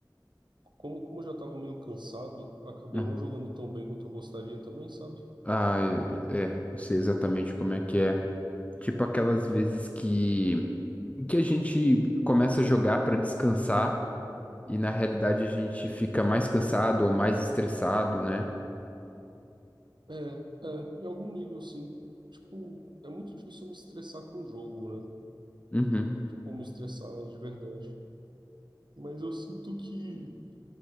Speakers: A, on the right; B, on the left.
A: como, como eu já estava meio cansado, eu acabei
B: uhum.
A: não jogando tão bem quanto eu gostaria também, sabe?
B: Ah, é, é, eu sei exatamente como é que é. Tipo aquelas vezes que, que a gente começa a jogar para descansar e na realidade a gente fica mais cansado ou mais estressado, né?
A: É, é, em algum nível sim. Tipo, é muito difícil eu me estressar com o jogo, né?
B: Uhum,
A: Tipo, me estressar de verdade. Mas eu sinto que